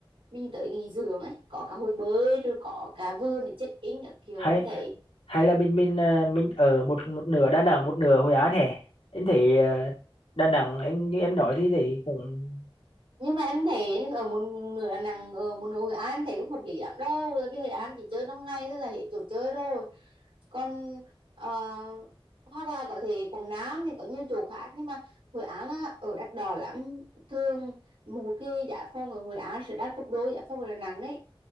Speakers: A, on the right (about 85°); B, on the left (about 80°).
A: mình tới nghỉ dưỡng ấy có cả hồ bơi rồi có cả vườn để check in các kiểu
B: hay
A: em thấy
B: hay là mình mình à, mình ở một một nửa Đà Nẵng một nửa Hội An hè em thấy à, Đà Nẵng em như em nói thì thì cũng
A: nhưng mà em thấy ở một nửa Đà Nẵng ở một nửa Hội An em thấy cũng hợp lý lắm đâu tại vì Hội An chỉ chơi trong ngày thôi là hết chỗ chơi rồi còn ờ, hoặc là có thể Quảng Nam thì có nhiều chỗ khác nhưng mà Hội An là ở đắt đỏ lắm thường một cái giá phòng ở Hội An sẽ đắt gấp đôi giá phòng ở Đà Nẵng đấy